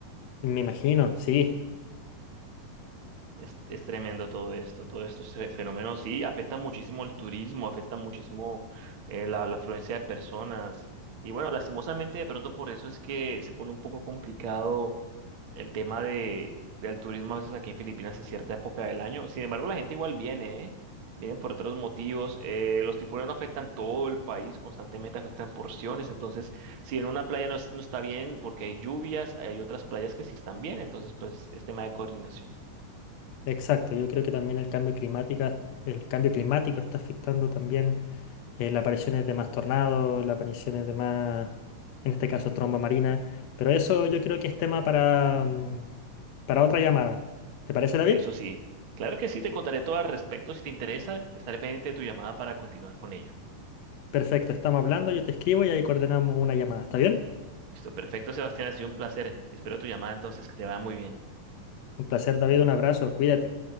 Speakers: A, on the left; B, on the right.
A: Me imagino, sí,
B: Es, es tremendo todo esto, todos estos fe- fenómenos, sí, afecta muchísimo el turismo, afecta muchísimo eh, la, la afluencia de personas. Y bueno, lastimosamente de pronto por eso es que se pone un poco complicado el tema de, del turismo a veces aquí en Filipinas en cierta época del año. Sin embargo, la gente igual viene, ¿eh? Vienen por otros motivos. Eh, los tifones no afectan todo el país, constantemente afectan porciones. Entonces, si en una playa no, es- no está bien porque hay lluvias, hay otras playas que sí están bien. Entonces, pues es tema de coordinación.
A: exacto. Yo creo que también el cambio climático, el cambio climático está afectando también eh, las apariciones de más tornados, las apariciones de más, en este caso, tromba marina. Pero eso yo creo que es tema para, mm, para otra llamada. ¿Te parece, David?
B: Eso sí. Claro que sí, te contaré todo al respecto. Si te interesa, estaré pendiente de tu llamada para continuar con ello.
A: Perfecto, estamos hablando, yo te escribo y ahí coordinamos una llamada. ¿Está bien?
B: Listo, perfecto, Sebastián, ha sido un placer. Espero tu llamada entonces, que te vaya muy bien.
A: Un placer, David, un abrazo, cuídate.